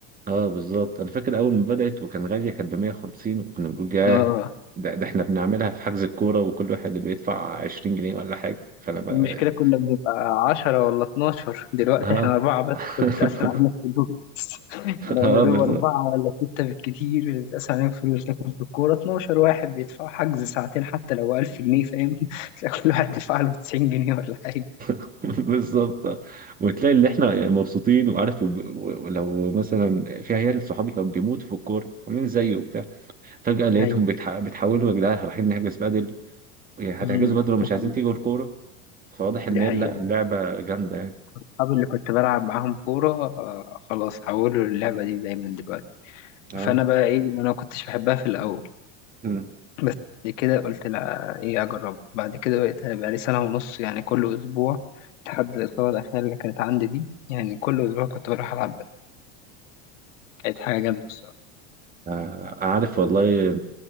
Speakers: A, on the right; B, on the left.
A: اه بالظبط انا فاكر اول ما بدات وكان غاليه كانت ب 150 وكنا بنقول ياه
B: اه
A: ده, ده احنا بنعملها في حجز الكوره وكل واحد اللي بيدفع 20 جنيه ولا حاجه فانا بقى
B: المشكلة كنا بنبقى عشرة ولا اتناشر دلوقتي
A: ها
B: احنا أربعة بس
A: <laughs>
B: بتتقسم علينا الفلوس أنا
A: اه
B: يا دوب
A: بالظبط
B: أربعة ولا ستة بالكتير اللي بتتقسم علينا الفلوس لكن في الكورة اتناشر واحد بيدفع حجز ساعتين حتى لو ألف جنيه فاهم <laughs> تلاقي كل واحد دفع له تسعين جنيه ولا حاجة
A: <laughs> بالظبط وتلاقي اللي احنا يعني مبسوطين وعارف وب- و- ولو مثلا في عيال صحابي كانوا بيموتوا في الكوره عاملين زيي وبتاع فجاه لقيتهم
B: أيوة
A: بتح... بتحولوا يا جدعان رايحين نحجز بدل يعني
B: أمم،
A: هتحجزوا بدل ومش
B: دي
A: عايزين
B: حقيقة
A: تيجوا الكوره فواضح ان
B: دي
A: هي
B: حقيقة
A: لا اللعبه جامده يعني
B: أصحابي اللي كنت بلعب معاهم كورة آه، خلاص حولوا اللعبة دي دايما دلوقتي
A: اه
B: فأنا بقى إيه ما أنا ما كنتش بحبها في الأول
A: مم.
B: بس بعد كده قلت لا ايه اجربها بعد كده بقيت بقى لي سنه ونص يعني كل اسبوع لحد الاصابه الاخيره اللي كانت عندي دي يعني كل اسبوع كنت بروح العب بدل كانت حاجه جامده الصراحه
A: آه، عارف والله